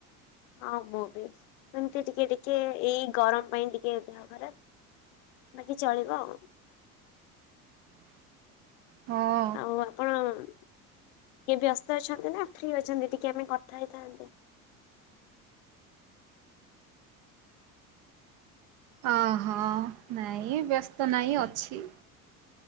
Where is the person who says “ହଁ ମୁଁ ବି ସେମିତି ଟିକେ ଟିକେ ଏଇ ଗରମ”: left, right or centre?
Left